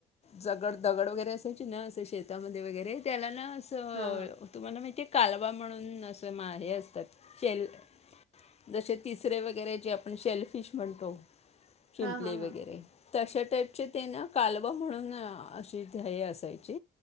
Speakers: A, on the left; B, on the right.
A: दगड दगड वगैरे असाय कि न अस शेतामध्ये वगैरे त्याला ना.
B: हा
A: तुम्हाला माहिती. कालवा म्हणून अस हे असतात शेल जसे तिसरे वगैरे जे आपण शेलफिश. बनतो शिंपले
B: हा हा
A: वगैरे.
B: हा.
A: तशा टाईपचे ते ना कालवा म्हणून अशीय असायची.